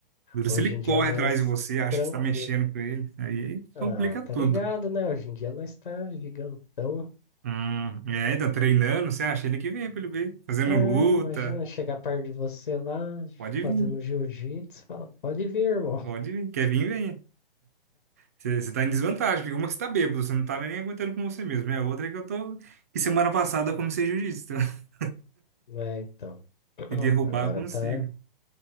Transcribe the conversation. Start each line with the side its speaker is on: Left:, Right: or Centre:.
Right: Duro
Left: Hoje
Right: se ele
Left: em dia
Right: corre
Left: é mais
Right: atrás de você, acha
Left: tranquilo.
Right: que você tá mexendo com ele. Aí
Left: Ah,
Right: complica
Left: tá
Right: tudo.
Left: ligado, né? Hoje em dia nós tá gigantão.
Right: Hum, é, tá treinando, você acha ele que vem pra ele ver. Fazendo
Left: Ah,
Right: luta.
Left: imagina chegar perto de você lá,
Right: Pode
Left: fazendo
Right: vir,
Left: jiu-jitsu, fala, pode vir, irmão.
Right: pode vir. Quer vir, venha. Você, você tá em desvantagem, porque uma que você tá bêbado, você não tá nem aguentando com você mesmo. É a outra é que eu tô. E semana passada eu comecei jiu-jitsu. tá? <laughs>
Left: É, então, <clears throat>
Right: E derrubar
Left: agora
Right: eu consigo.
Left: tá.